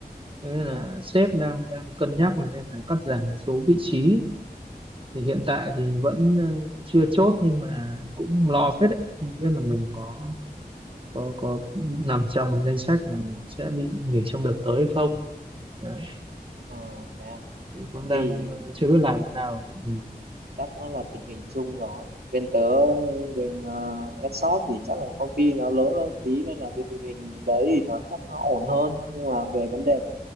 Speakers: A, on the right; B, on the right.
A: Thế nên
B: Ừ.
A: là sếp đang đang cân nhắc là xem là cắt giảm một số vị trí thì hiện tại thì vẫn ờ, chưa chốt nhưng mà cũng lo phết đấy không biết là mình có có có nằm trong danh sách là sẽ bị nghỉ trong đợt tới hay không đấy
B: Ừ. Thế à?
A: thì cũng đang
B: Thì
A: ờ, chưa biết làm thế nào ừ.
B: chắc nó là tình hình chung rồi. Bên tớ, bên uh, f thì chắc là công ty nó lớn hơn tí nên là cái tình hình đấy thì nó chắc nó ổn hơn. Nhưng mà về vấn đề